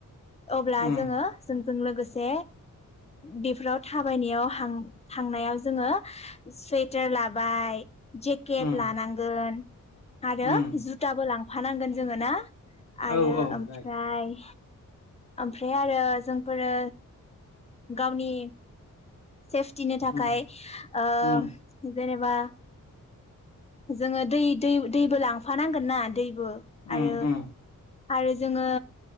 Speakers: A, on the left; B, on the left.
A: अब्ला
B: उम
A: जोङो जों लोगोसे बेफोराव थाबायनायाव थांनायाव जोङो सुवेटार लाबाय जेकेट
B: उम
A: लानांगोन आरो
B: उम
A: जुताबो लां फानांगोन जोङो ना आरो
B: औ औ
A: ओमफ्राय
B: राइट
A: ओमफ्राय आरो जोंफोरो गावनि सेफटिनि थाखाय
B: उम
A: ओ
B: उम
A: जेनेबा जोङो दै दैबो लांफानांगोनना? दैबो
B: उम
A: आरो
B: उम
A: आरो जोङो